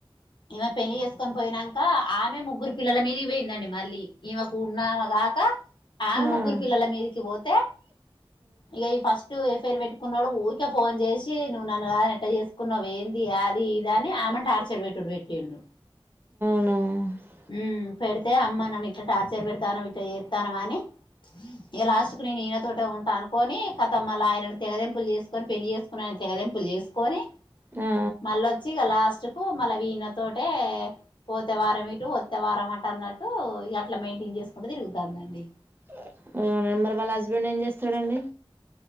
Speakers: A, on the left; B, on the right.
A: ఇమె పెళ్ళి చేసుకొని పోయినాక ఆమె ముగ్గురు పిల్లల మీదికి పోయిందండి మళ్ళీ ఇమె కూన్నా కాక ఆమె
B: ఆ
A: ముగ్గురు పిల్లల మీదికి పోతే ఇగ ఈ ఫస్ట్ ఎఫైర్ పెట్టుకున్నాడు ఊరికే ఫోన్ చేసి నువ్వు నన్ను కాదు ఎట్ట చేసుకున్నావ్ ఏంది ఇగ అది ఇది అని ఆమెన్ టార్చర్ పెట్టుడు పెట్టిండు
B: హ్మ్
A: హ్మ్ పెడితే అమ్మ నన్ను ఇట్లా టార్చర్ పెడతానావ్ ఇట్లా చేస్తానావ్ అని ఇలాస్ట్ కు నేను ఈయనతోటె ఉంటా అనుకొని కతం మల్లా ఆయనను తెగదింపులు చేసుకొని పెళ్లి చేసుకుని తెగదెంపుల్ చేసుకొని
B: ఆ
A: మల్లొచ్చి ఇగ లాస్ట్ కు మన విన తోటే పోతే వారం ఇటు వత్తే వారం అటు అన్నట్టు అట్లా మెయింటైన్ చేసుకుంటూ తిరుగుతాంది అండి
B: <inaudible> మరి వాళ్ళ హస్బెండ్ ఏం చేస్తాడండి